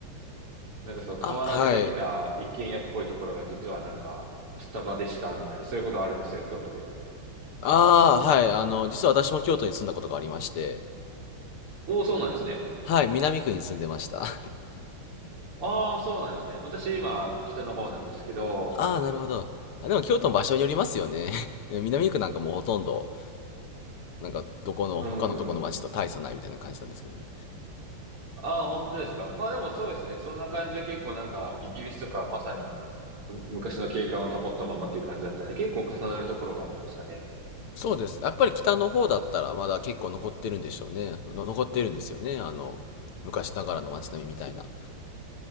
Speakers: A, on the right; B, on the left.
A: なんかその河原でできた一軒家っぽいところが実はなんかスタバでしたみたいな、
B: あ、はい。
A: そういうことあるんですよ、京都で。
B: ああ、はい。あの、実は私も京都に住んだことがありまして、
A: おお、そうなんですね。
B: はい、南区に住んでました。<laughs>
A: ああ、そうなんですね。私今北の方なんですけど、
B: ああ、なるほど。あでも京都の場所によりますよね。<laughs> 南区なんかもうほとんど、なんかどこの、
A: うんうん。
B: 他のどこの町と大差ないみたいな感じなんですけどね。
A: ああ、本当ですか。まあでもそうですね。そんな感じで結構なんか、イギリスとかまさにむ昔の景観を保ったままっていう感じだったので、結構重なるところがありましたね。
B: そうです。やっぱり北の方だったらまだ結構残ってるんでしょうね。の残ってるんですよね。あの、昔ながらの街並みみたいな。